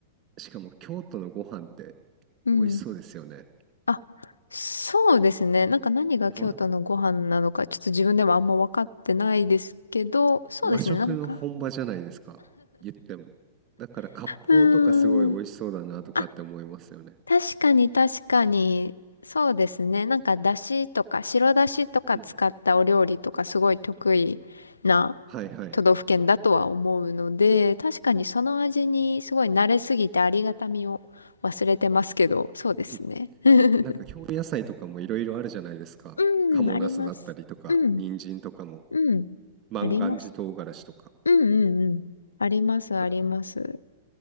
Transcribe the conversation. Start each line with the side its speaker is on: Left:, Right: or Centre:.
Right: しかも京都のご飯って
Left: うん。
Right: 美味しそうですよね。
Left: あ、そうですね。なんか何が京都のご飯なのか、
Right: 和、
Left: ちょっと自分でもあんま分かってないですけど、そうですね。
Right: 和食の本場じゃないですか。
Left: なんか、
Right: 言っても。だから割烹とかすごい美味しそうだなとかって思いますよね。
Left: うーん。あ、確かに確かに、そうですね。なんか、だしとか、白だしとか使ったお料理とか、
Right: うん。
Left: すごい得意な
Right: はいはい。
Left: 都道府県だとは思うので、確かにその味にすごい慣れすぎてありがたみを忘れてますけど、そうですね。
Right: うん
Left: <laughs>
Right: なんか京野菜とかもいろいろあるじゃないですか。
Left: うん、
Right: 賀茂ナスだったりとか、
Left: あります。うん、
Right: 人参とかも。
Left: うん、
Right: 万願寺唐辛子とか、
Left: あります。うんうんうん。あります、あります。
Right: なんか、